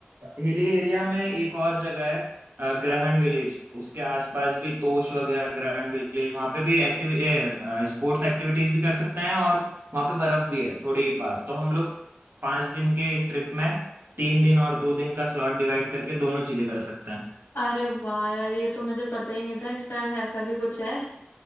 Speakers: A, on the right (about 65°); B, on the left (about 85°).
A: हिली एरिया में एक और जगह है अ, ग्रहण विलेज उसके आसपास भी तोश वगैरह ग्रहण विलेज वहाँ पे भी एक्टिविटी स्पोर्ट्स एक्टिविटीज भी कर सकते हैं और वहाँ पे बर्फ भी है थोड़े ही पास तो हम लोग पांच दिन के ट्रिप में तीन दिन और दो दिन का स्लॉट डिवाइड करके दोनों चीजें कर सकते हैं
B: अरे वाह यार ये तो मुझे पता ही नहीं था इस तरफ ऐसा भी कुछ है